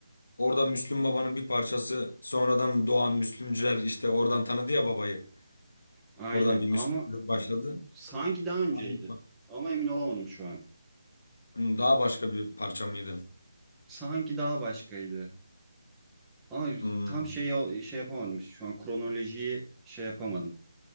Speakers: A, on the left; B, in the centre.
A: Orada Müslüm Baba'nın bir parçası sonradan doğan Müslümcüler işte oradan tanıdı ya babayı.
B: Aynen
A: Oradan bir Müslümlük
B: ama
A: başladı.
B: sanki daha önceydi.
A: Aynı-
B: Ama emin olamadım şu an.
A: Daha başka bir parça mıydı?
B: Sanki daha başkaydı. Ama
A: Hmm.
B: tam şey şey yapamadım. işte, Şu an kronolojiyi şey yapamadım.